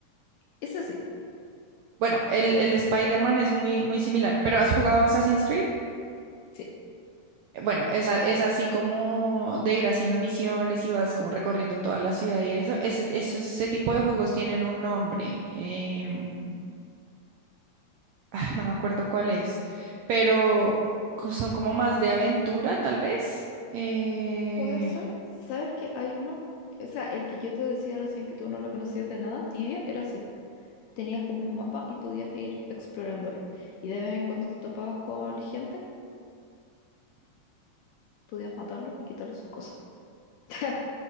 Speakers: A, on the left (about 75°); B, on the right (about 85°).
A: Eso sí,
B: Bueno, el, el de Spider-Man es muy, muy similar, pero ¿has jugado Assassin's Creed?
A: sí.
B: Bueno, esa, es así como de ir haciendo misiones y vas como recorriendo toda la ciudad y eso. Ese, eso- ese tipo de juegos tienen un nombre. em, <laughs> ah, no me acuerdo cuál es, pero co- son como más de aventura, tal vez. Eh,
A: Puede ser. ¿Sabes que hay uno? O sea, el que yo te decía recién que tú no lo conocías de nada, Tibia, era así. Tenías como un mapa y podías ir explorándolo. Y de vez en cuando te topabas con gente, podías matarlos y quitarles sus cosas. <laughs>